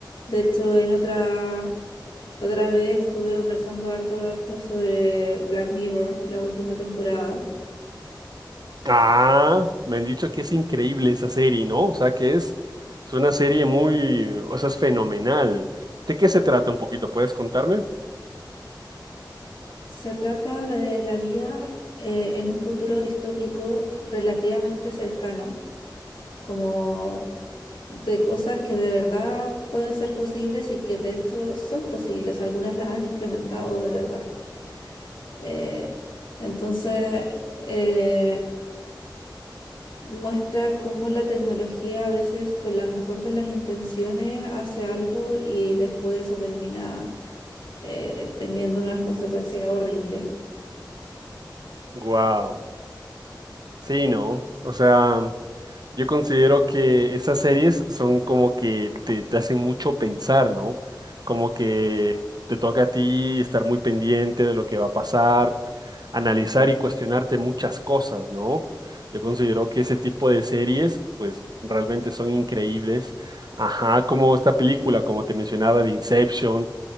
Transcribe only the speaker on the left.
De hecho, en otra, otra vez estuve conversando harto rato sobre Black Mirror, la última temporada.
Se trata de la vida eh, en un futuro distópico relativamente cercano como de cosas que de verdad pueden ser posibles y que de hecho son posibles. Algunas las han implementado de verdad. Eh, entonces, eh, muestra cómo la tecnología a veces con la mejor de las intenciones hace algo y después eso termina eh, teniendo unas consecuencias horribles.